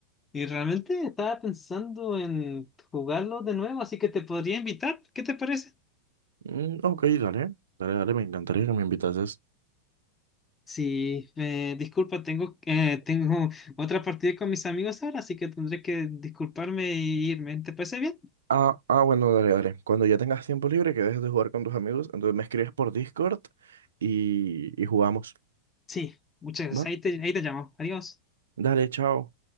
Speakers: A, on the left (about 20°); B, on the right (about 65°).
A: Y realmente estaba pensando en jugarlo de nuevo, así que te podría invitar. ¿Qué te parece?
B: Mm, ok, dale, dale, dale, me encantaría que me invitases.
A: Sí, eh, disculpa, tengo, eh, tengo otra partida con mis amigos ahora, así que tendré que disculparme e irme. ¿Te parece bien?
B: Ah, ah, bueno, dale, dale. Cuando ya tengas tiempo libre, que dejes de jugar con tus amigos, entonces me escribes por Discord y, y jugamos.
A: Sí, muchas gracias.
B: ¿Va?
A: Ahí te, ahí te llamo. Adiós.
B: Dale, chao.